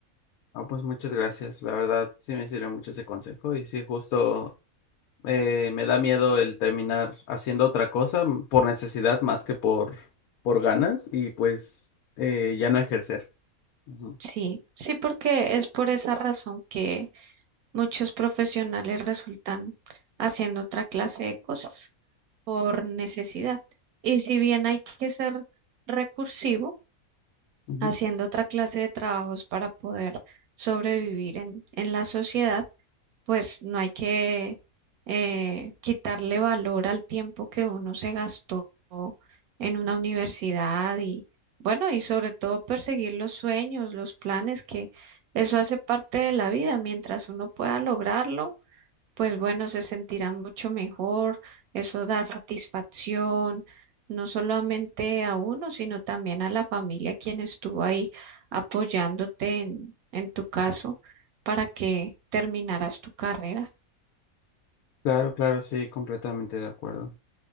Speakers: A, on the left; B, on the right.
A: Ah, pues muchas gracias, la verdad sí me sirve mucho ese consejo y sí, justo eh, me da miedo el terminar haciendo otra cosa m- por necesidad más que por, por ganas y pues eh, ya no ejercer. Ujú,
B: Sí, sí, porque es por esa razón que muchos profesionales resultan haciendo otra clase de cosas por necesidad. Y si bien hay que ser recursivo,
A: ujú.
B: haciendo otra clase de trabajos para poder sobrevivir en, en la sociedad, pues no hay que eh, quitarle valor al tiempo que uno se gastó en una universidad y bueno, y sobre todo perseguir los sueños, los planes, que eso hace parte de la vida. Mientras uno pueda lograrlo pues bueno, se sentirá mucho mejor, eso da satisfacción, no solamente a uno, sino también a la familia quien estuvo ahí apoyándote en, en tu caso para que terminaras tu carrera.
A: Claro, claro, sí, completamente de acuerdo.